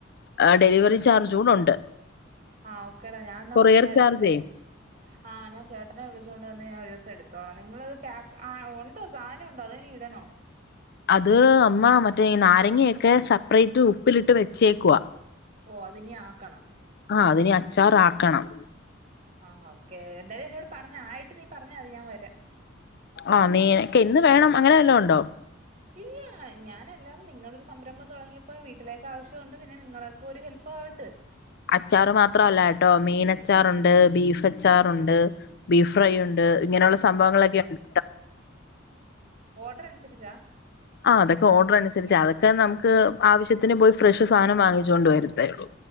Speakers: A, on the left; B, on the right.
A: ആഹ് ഡെലിവറി ചാർജ് കൂടെ ഉണ്ട്.
B: ആഹ് ഓക്കടാ ഞാൻന്നാ
A: കൊറിയർ
B: വന്നടുത്ത
A: ചാർജേ
B: ആഹ് ഞാൻ ചേട്ടനെ വിളിച്ചൊണ്ട് വന്ന് ഞാൻ ഓരോസം എടു തോള നിങ്ങളത് പാക്ക് ആ ഉണ്ടോ സാധനം ഉണ്ടോ അതനി ഇടണോ?
A: അത് അമ്മ മറ്റേ ഈ നാരങ്ങയൊക്കെ സെപ്പറേറ്റ് ഉപ്പിലിട്ട് വെച്ചേക്വാ
B: ഓ അതിനി ആക്കണം
A: ആഹ് അതിനെ അച്ചാറ ആക്കണം
B: ആഹ് ഓക്കെ എന്തായാലും എന്നോട് പറഞ്ഞ ആയിട്ട് നീ പറഞ്ഞ മതി ഞാൻ വരാം.
A: ആഹ് നീനക്ക് എന്ന് വേണം അങ്ങനെ വല്ലാം ഉണ്ടോ.
B: ഇല്ല ആഹ് ഞാനല്ലാം നിങ്ങളൊരു സംരംഭം തുടങ്ങിയപ്പോ വീട്ടിലേക്ക് ആവശ്യമുണ്ട്. പിന്നെ നിങ്ങളക്കെ ഒരു ഹെപ്പ് ആവട്ടെ.
A: അച്ചാറ് മാത്രല്ല കേട്ടോ, മീൻ അച്ചാറുണ്ട് ബീഫ് അച്ചാറുണ്ട്. ബീഫ് ഫ്രൈ ഉണ്ട് ഇങ്ങനെയുള്ള സംഭവങ്ങളൊക്കെ ഉണ്ട്.
B: ഓഡർ അനുസരിച്ചാ.
A: ആഹ് അതൊക്കെ ഓർഡർ അനുസരിച്ചാ അതൊക്കെ നമുക്ക് ആവശ്യത്തിന് പോയി ഫ്രഷ് സാധനം വാങ്ങിച്ച കൊണ്ട് വരത്തേയുള്ളൂ.